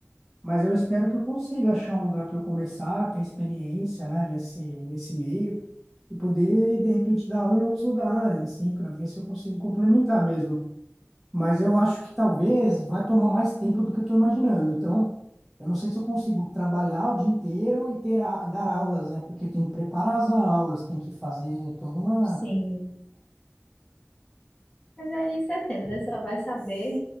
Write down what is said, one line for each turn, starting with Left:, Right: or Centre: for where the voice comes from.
Centre: Mas eu espero que eu consiga achar um lugar para eu começar, ter experiência, né, nesse, nesse meio e poder, de repente, dar aula em outros lugares, assim, para ver se eu consigo complementar mesmo. Mas eu acho que talvez vai tomar mais tempo do que eu estou imaginando. Então, eu não sei se eu consigo trabalhar o dia inteiro e ter a, dar aulas, né? Porque tem que preparar as aulas, tem que fazer toda uma
Left: Sim. Mas aí você atenta, né? Você só vai saber